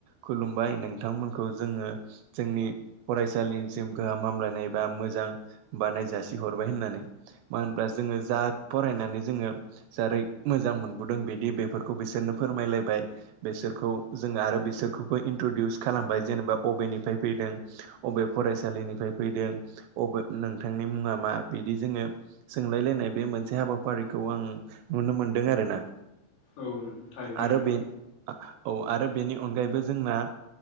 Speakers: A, on the right; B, on the left.
A: खुलुमबाय नोंथांमोनखौ जोङो जोंनि फरायसालिनिसिम गाहाम हामलायनाय बा मोजां <unintelligible> बाउनाय जासि हरबाय होननानै मानो होनब्ला जोङो जा फरायनानै जोङो रों बेखौ मोजांमोन। <unintelligible> बिदि बेफोरखौ बिसोरनो फोरमायलायबाय, बिसोरखौ जोङो आरो बिसोरखौबो इन्ट्रडउस खालाम जेनेबा अबेनिफ्राय फैदों, अबे फरायसालिनिफ्राय फैदों, अबे नोंथांनि मुं ङा मा? बिदि जोङो सोंलायलायनाय बे मोनसे हाबाफारिखौ आं नुनो मोनदों आरोना।
B: औ नों थारैनो
A: आरो
B: नोंथां।
A: बे औ आरो बेनि अनगायैबो जोंना